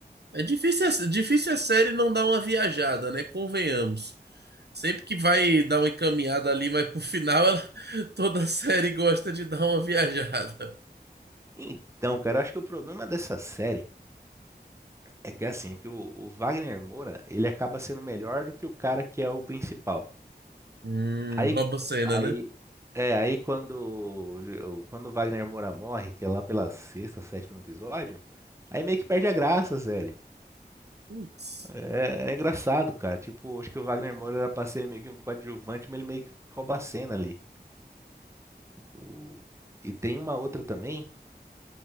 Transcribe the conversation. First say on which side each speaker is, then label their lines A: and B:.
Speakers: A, on the right (about 80°); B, on the right (about 15°).
A: É difícil, a- difícil a série não dar uma viajada, né? Convenhamos. Sempre que vai dar uma encaminhada ali, mas pro final ela, <laughs> toda série gosta de dar uma viajada.
B: Então, cara, eu acho que o problema dessa série é que, assim, é que o, o Wagner Moura, ele acaba sendo melhor do que o cara que é o principal.
A: Hum,
B: Aí,
A: rouba cena,
B: aí,
A: né?
B: é, aí quando, o- quando o Wagner Moura morre, que é lá pela sexta, sétimo episódio, aí meio que perde a graça, sério.
A: Putz.
B: É, é engraçado, cara. Tipo, acho que o Wagner Moura era pra ser meio que um coadjuvante, mas ele meio que rouba a cena ali. O- E tem uma outra também,